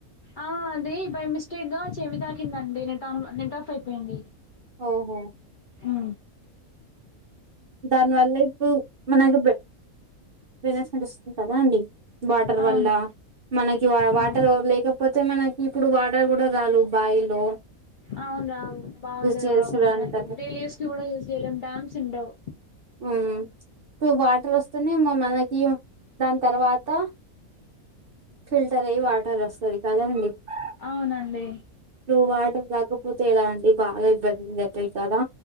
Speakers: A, on the left; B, on the right.
A: ఆ అది బై మిస్టేక్ గా చెవి తాకిందండి నెట్ ఆన్ నెట్ ఆఫ్ అయిపోయింది
B: ఓహో
A: ఉ
B: దానివల్ల ఇప్పుడు మనకు వినస్తుంది కదా అండి వాటర్
A: అవును
B: వల్ల మనకి వా వాటర్
A: అవును
B: లేకపోతే మనకి ఇప్పుడు వాటర్ కూడా రాల బాయిల్లో
A: అవును రావు బావిలో
B: చేసడంటారు
A: రావు మనకి డైలీ యూస్కి కూడా యూస్ చేయలేం డ్యామ్స్ ఉండవ్
B: ఆ ఇప్పుడు వాటర్ వస్తేనే మనకి దాని తర్వాత ఫిల్టర్ అయ్ వాటర్ వస్తది కదండి ప్పుడు
A: అవునండి
B: వాటర్ రాకపోతే ఎలా అండి బాగ ఇబ్బంది అయితయ్ కదా